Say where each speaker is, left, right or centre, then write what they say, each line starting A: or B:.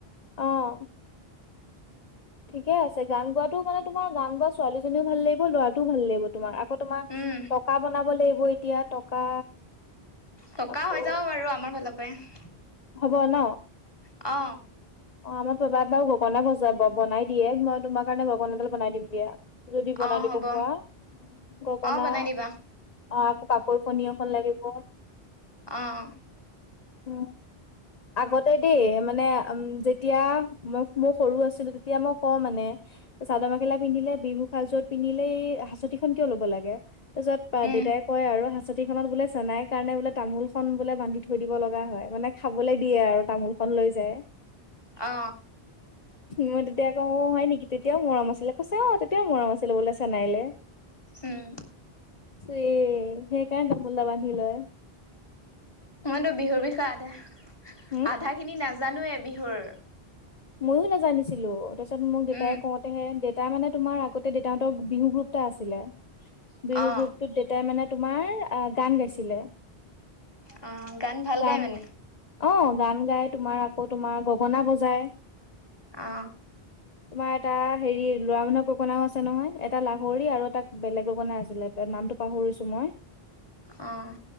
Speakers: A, on the left; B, on the left.
A: অ ঠিকে আছে, গান গোৱা মানে তোমাৰ গান গোৱা ছোৱালীজনীও ভাল লাগিব, ল'ৰাটোও ভাল লাগিব তোমাৰ আকৌ তোমাৰ
B: উম
A: টকা বনাব লাগিব এতিয়া টকা
B: থটকা
A: আকৌ
B: হৈ যাব বাৰু আমাৰ ফালৰ পৰাই
A: হ'ব ন
B: অ
A: অ আমাৰ পাবাত বাৰু গগনা গছা বনাই দিয়ে মই তোমাৰ কাৰণে গগনা এডাল বনাই দিম দিয়া যদি বনাই
B: অ
A: দিব
B: হ'ব
A: খোৱা গগনা
B: অ বনাই দিবা
A: অ আকৌ কাপৈ কণী এখন লাগিব
B: অঁ
A: উ আগতে দেই মানে উম যেতিয়া মই মোৰ সৰু আছিলো তেতিয়া মই কওঁ মানে চাদৰ মেখেলা পিন্ধিলে বিহু সাজযোৰত পিন্ধিলে এই হাঁচতিখন কিয় ল'ব লাগে তাৰিছত বা
B: উম
A: দেউতাই কয় আৰুচ ট খত বোলে চেনাই কাৰণে বোলে তামোল খ বোলে বান্ধি থৈ দিব লগা হয় মানে খাবলৈ দিয়ে আৰু তামোল খ লৈ যায়
B: অ
A: মই তেতিয়া ক অ হয় নেকি তেতিয়াও মৰম আছিলে কৈছে অ তেতিয়াও মৰম আছিলে বোলে চেনাইলে
B: উম
A: চ সে কাই ন মুলল বান্ধিিলয়
B: মইতো বিহুৰ বিষয়ে আধা
A: হম
B: আধা খিনি নাজানোয়ে বিহুৰ
A: ময়ো নাজানিছিলো তাৰপিছত মোক দেউতাই
B: উম
A: কওঁতেহে দেউতাই মানে তোমাৰ আগতে ত দেউতাহতৰ বিহু গ্ৰুপ এটা আছিলে বিহু
B: অ
A: গ্ৰুপ ত দেউতাই মানে তোমাৰ গান গাইছিলে
B: অ গান ভাল
A: গান
B: গাই মানে
A: অ গান গাই তোমাৰ আকৌ তোমাৰ গগনা বজায়
B: অ
A: <unintelligible> তোমাৰ এটা হেৰি ল'ৰা মানুহৰ ককনাও আছে নহয় এটা লাহৰি আৰু এটা বেলেগ ককনা আছিলে নামটো পাহৰিছোঁ মই
B: অঁ